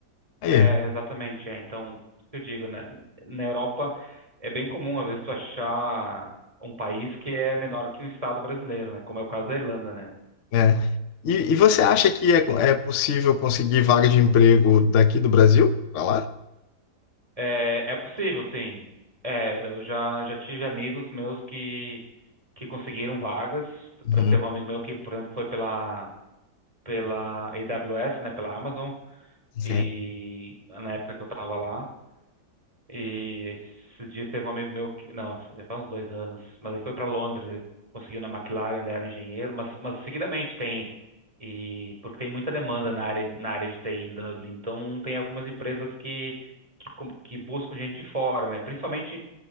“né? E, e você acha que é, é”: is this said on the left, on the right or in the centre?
Left